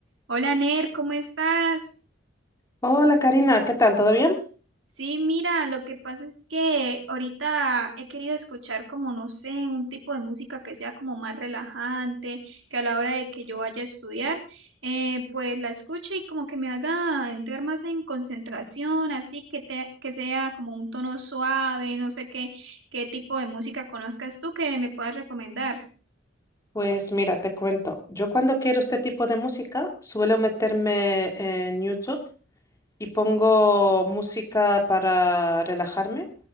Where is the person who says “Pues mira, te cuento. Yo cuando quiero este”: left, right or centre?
Left